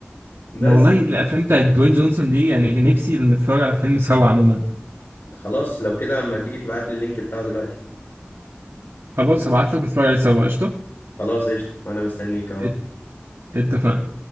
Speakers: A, on the left; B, on the right.
A: بس
B: انا والله الافلام بتاعت دوين جونسون دي يعني نفسي نتفرج على فيلم سوا عموما
A: خلاص لو كده اما تيجي تبعت لي اللينك بتاعه دلوقتي
B: خلاص هبعت لك ونتفرج عليه سوا قشطه
A: خلاص قشطه وانا مستنيك اهو
B: ات- اتفقنا